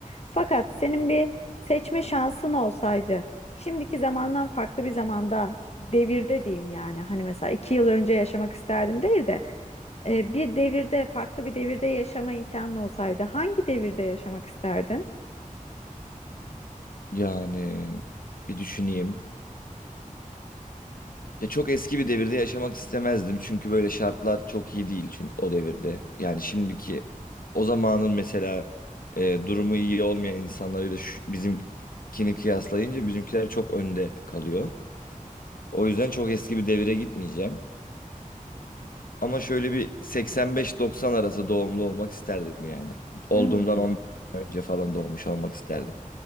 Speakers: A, on the left; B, on the left.
A: Fakat senin bir seçme şansın olsaydı şimdiki zamandan farklı bir zamanda devirde diyeyim yani hani mesela iki yıl önce yaşamak isterdim değil de e, bir devirde farklı bir devirde yaşama imkanı olsaydı hangi devirde yaşamak isterdin?
B: Yani bir düşüneyim. Ya çok eski bir devirde yaşamak istemezdim. Çünkü böyle şartlar çok iyi değil çünkü o devirde. Yani şimdiki o zamanın mesela e, durumu iyi olmayan insanlarıyla şu- bizimkini kıyaslayınca bizimkiler çok önde kalıyor. O yüzden çok eski bir devire gitmeyeceğim. Ama şöyle bir 85-90 arası doğumlu olmak isterdim yani. Olduğumdan
A: Hmm,
B: 15 sene önce falan doğmuş olmak isterdim.